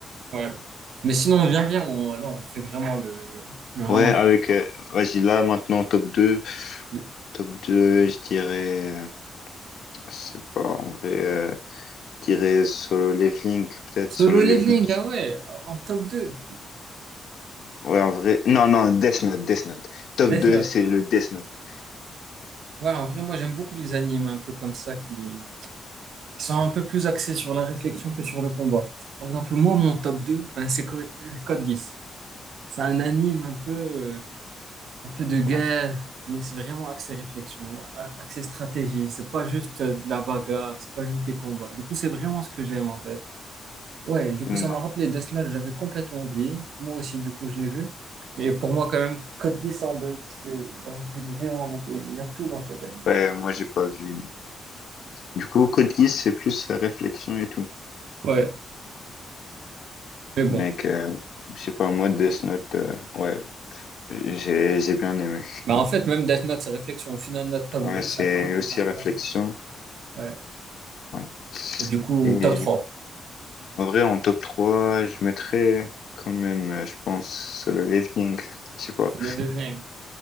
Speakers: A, on the right; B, on the left.
A: Ouais. Mais sinon, viens, viens, on- là, on fait vraiment le... on fait vraiment
B: Ouais, avec,
A: le...
B: euh, vas-y, là, maintenant, top deux
A: le-
B: Top deux je dirais, euh, je sais pas, en vrai, euh, je dirais solo leveling, peut-être
A: Solo
B: solo
A: Leveling,
B: leveling.
A: ah ouais, en top 2
B: Ouais, en vrai, non, non, Death Note, Death Note. Top
A: Death
B: 2
A: Note.
B: c'est le Death Note.
A: Ouais, en vrai, moi, j'aime beaucoup les animes un peu comme ça qui... qui sont un peu plus axés sur la réflexion que sur le combat. Par exemple, moi, mon top 2 ben, c'est Code euh, Code Geass. C'est un anime un peu, euh, un peu de guerre,
B: Ouais.
A: mais c'est vraiment axé réflexion, a- axé stratégie. C'est pas juste euh, de la bagarre, c'est pas juste des combats. Du coup, c'est vraiment ce que j'aime en fait. Ouais, du coup,
B: Mm.
A: ça m'a rappelé Death Note, j'avais complètement oublié. Moi aussi, du coup, je l'ai vu. Mais pour moi, quand même, Code Geass en deux, parce que genre, je l'ai vraiment beaucoup aimé. Il y a tout dans cet anime.
B: Ouais, moi, j'ai pas vu. Du coup, Code Geass, c'est plus euh, réflexion et tout.
A: Ouais, mais bon.
B: mec que, je sais pas, moi, Death Note, euh, ouais, j'ai j'ai bien aimé.
A: Bah, en fait, même Death Note, c'est réflexion. Au final, notre top
B: Ouais,
A: 2
B: c'est
A: c'est un peu,
B: aussi
A: c'est un
B: réflexion.
A: peu la même. Ouais.
B: Ouais.
A: Et du coup,
B: Et
A: top trois
B: du- en vrai, en top 3 je mettrais quand même, euh, je pense, Solo Leveling. Je sais pas.
A: C'est le leveling.